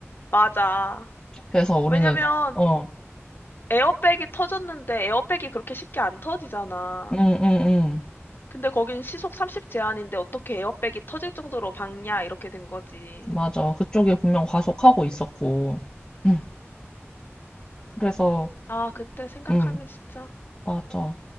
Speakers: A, on the left; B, on the left.
A: 맞아.
B: 그래서 우리는,
A: 왜냐면
B: 어,
A: 에어백이 터졌는데 에어백이 그렇게 쉽게 안 터지잖아.
B: 음, 음, 음.
A: 근데 거긴 시속 30 제한인데 어떻게 에어백이 터질 정도로 박냐 이렇게 된 거지.
B: 맞아. 그쪽에 분명 과속하고 있었고. 음. 그래서
A: 아, 그때 생각하면
B: 응
A: 진짜
B: 맞아